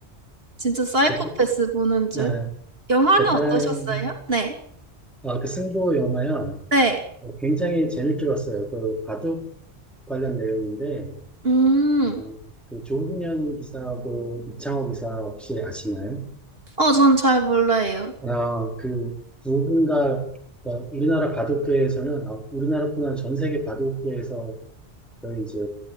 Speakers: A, on the right (about 55°); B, in the centre.
A: 진짜 사이코패스
B: 베트,
A: 보는 줄.
B: 아,
A: 영화는
B: 베테랑
A: 어떠셨어요? 네.
B: 아, 그 승부 영화요.
A: 네.
B: 어, 굉장히 재밌게 봤어요. 그 바둑 관련 내용인데
A: 음,
B: 어, 그 조훈현 기사하고 이창호 기사 혹시 아시나요?
A: 어, 전 잘 몰라요.
B: 아, 그 누군가 그러니까 우리나라 바둑계에서는 아, 우리나라뿐만 아니라 전 세계 바둑계에서 거의 이제